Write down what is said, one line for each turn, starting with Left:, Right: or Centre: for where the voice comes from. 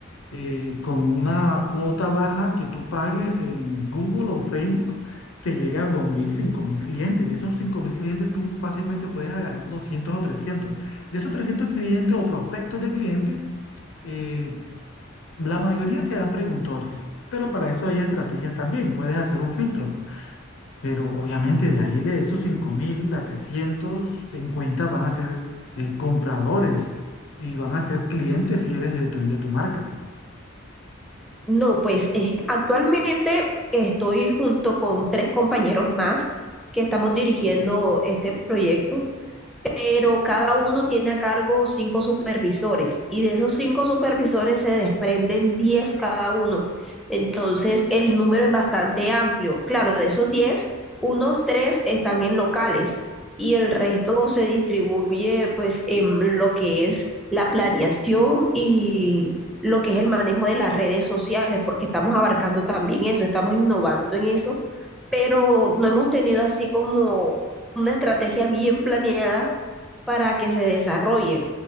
Left: eh, con una cuota baja que tú pagues en Google o Facebook, te llega a dos mil, cinco mil clientes. De esos 5.000 clientes, tú fácilmente puedes agarrar 200 o 300. De esos 300 clientes o prospectos de clientes, eh, la mayoría serán preguntores, pero para eso hay estrategias también, puedes hacer un filtro, pero obviamente de ahí de esos 5.000 a 350 van a ser eh, compradores y van a ser clientes fieles de tu, de tu marca.
Centre: No, pues eh, actualmente estoy junto con tres compañeros más que estamos dirigiendo este proyecto. pero cada uno tiene a cargo cinco supervisores y de esos cinco supervisores se desprenden diez cada uno. Entonces, el número es bastante amplio. Claro, de esos diez, unos tres están en locales y el resto se distribuye pues en lo que es la planeación y lo que es el manejo de las redes sociales, porque estamos abarcando también eso, estamos innovando en eso, pero no hemos tenido así como una estrategia bien planeada para que se desarrolle